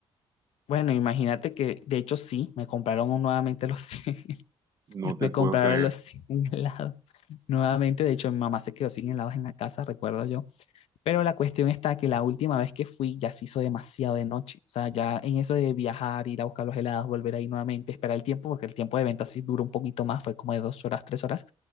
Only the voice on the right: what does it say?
No
te
puedo creer.